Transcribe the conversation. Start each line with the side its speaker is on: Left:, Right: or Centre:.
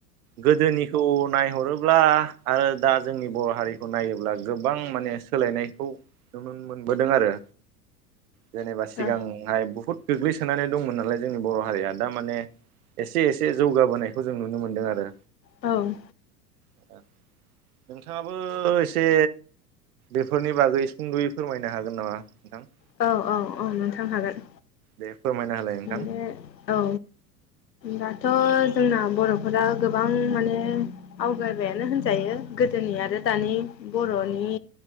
Right: गोदोनिखौ नायहरोब्ला आरो दा जोंनि बर' हारिखौ नायोब्ला गोबां माने सोलायनायखौ नुनो मोनबोदों आरो। जेनेबा सिगां
Left: औ
Right: हाय बहुत गोग्लैसोनानै दंमोन नालाय जोंनि बर' हारिया दा माने एसे एस से जौगाबोनायखौ जों नुनो मोनदों आरो।
Left: औ।
Right: ओ नोंथाङाबो एसे बेफोरनि बागै सुंद'यै फोरमायनो हागोन नामा नोंथां?
Left: औ औ औ नोंथां हागोन।
Right: दे फोरमायना होलाय नोंथां
Left: माने औ। दाथ' जोंना बर'फोरा गोबां माने आवगायबायानो होनजायो। गोदोनि आरो दानि बर'नि